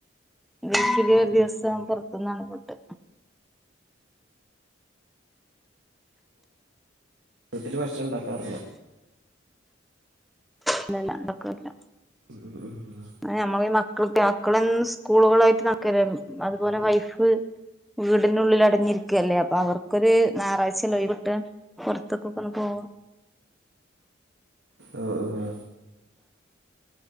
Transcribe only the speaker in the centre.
വീക്കിലി ഒരു ദിവസം പൊറത്തുന്നാണ് ഫുഡ്
ഇല്ലല്ല ഉണ്ടാക്കാറില്ല
ഞമ്മള് ഈ മക്കളൊക്കെ മക്കള് എന്നും സ്കൂളുകളായിട്ട് നടക്കുവല്ലായിരുന്നോ അതുപോലെ വൈഫ് വീടിനുള്ളിൽ അടഞ്ഞിരിക്കയല്ലേ അപ്പൊ അവർക്കൊരു ഞായറാഴ്ചയല്ലേ ഒഴിവ് കിട്ടുക പൊറത്തേക്കൊക്കെ ഒന്ന് പോവാൻ